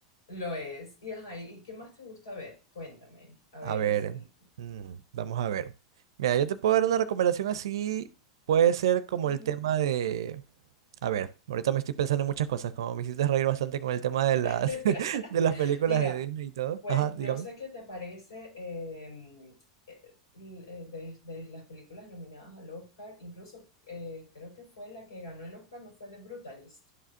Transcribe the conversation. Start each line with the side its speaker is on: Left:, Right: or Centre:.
Left: lo es. Y ajá, ¿y qué más te gusta ver? Cuéntame, a
Right: A
Left: ver
Right: ver,
Left: así.
Right: mm, vamos a ver. Mira, yo te puedo dar una recomendación así. Puede ser como
Left: Ujú.
Right: el tema de... A ver, ahorita me estoy pensando en muchas cosas, como me hiciste reír bastante con el tema de las,
Left: <laughs>
Right: <laughs> de las películas
Left: Mira,
Right: de Disney y todo.
Left: pues
Right: Ajá, dígame.
Left: no sé qué te parece eh, eh, eh, de, de las películas nominadas al Oscar, incluso eh, creo que fue la que ganó el Oscar, no fue The Brutalist.